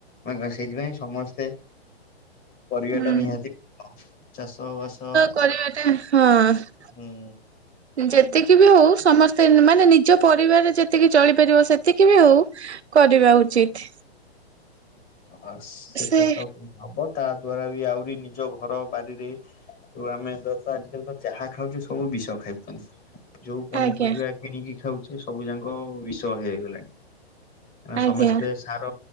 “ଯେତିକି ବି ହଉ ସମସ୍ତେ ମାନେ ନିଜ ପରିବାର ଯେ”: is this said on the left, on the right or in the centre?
Right